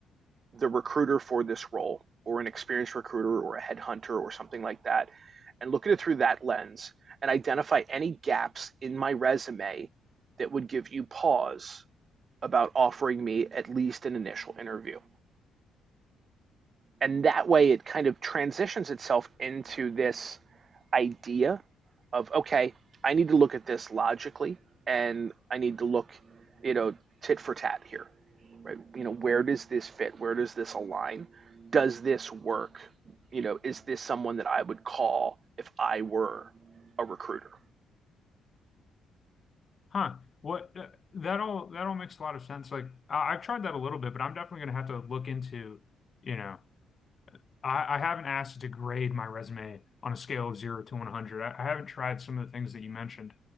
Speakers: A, on the right; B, on the left.
A: the recruiter for this role or an experienced recruiter or a headhunter or something like that and look at it through that lens and identify any gaps in my resume that would give you pause about offering me at least an initial interview and that way it kind of transitions itself into this idea of okay i need to look at this logically and i need to look you know tit for tat here right you know where does this fit where does this align does this work you know is this someone that i would call if i were a recruiter
B: Huh. What uh, that all that all makes a lot of sense. Like I, I've tried that a little bit, but I'm definitely gonna have to look into, you know. I, I haven't asked you to grade my resume on a scale of zero to 100. I, I haven't tried some of the things that you mentioned.